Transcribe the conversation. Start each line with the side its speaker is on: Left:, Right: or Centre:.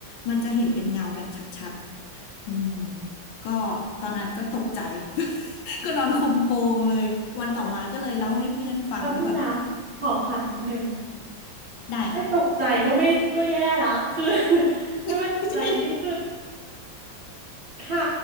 Left: มันจะเห็นเป็นเงาแบบชัดๆอืมก็ตอนนั้นก็ตกใจ <laughs> ก็นอนคลุมโปงเลยวันต่อมาก็เลยเล่าให้เพื่อนฟังว่าแบบ
Right: แป๊บนึงนะขอขัดนิดนึง
Left: ได้ค่ะ
Right: ไม่ตกใจก็ไม่ก็แย่แล้วคือ <laughs> ถ้าไม่ตกใจนี่คือ
Left: <laughs> ใช่
Right: ค่ะ